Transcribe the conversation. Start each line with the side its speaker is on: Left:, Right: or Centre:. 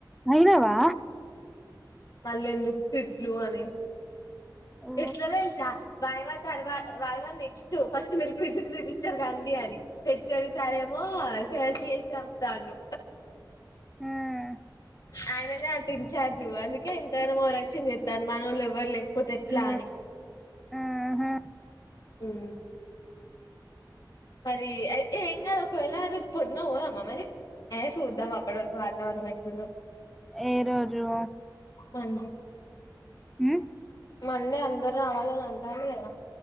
Centre: ఐనవా
Left: మళ్ళీందుకు తిట్లు అనేసి
Centre: ఓ
Left: ఇట్లతెల్సా వాయివ తర్వాత వాయివ నెక్స్ట్ ఫస్ట్ మీరు ఫ్రిడ్జ్ కి డిస్టర్ కండి అని, హెచ్చడి సారేమో సర్ కి చేసి పంపుతాండు.
Centre: ఉమ్
Left: ఆయననే అంట ఇంచార్జ్, అందుకే ఇంతగనం మోరక్షన్ ఓవరాక్షన్ చేత్తండు మనోళ్ళు ఎవరు లేకపోతే ఇట్లాని
Centre: ఆ ఆహా
Left: ఉమ్ మరి అయితే ఏం కాదు ఒకవేళ అ పొద్దున పోదామ మరి? ఏ సూద్దాం అప్పుడువరకు వాతవరణం ఎట్లుందో.
Centre: ఏరోజు
Left: అండ
Centre: ఉమ్
Left: మళ్ళ అందరు రావాలని అంటాల్లు కదా.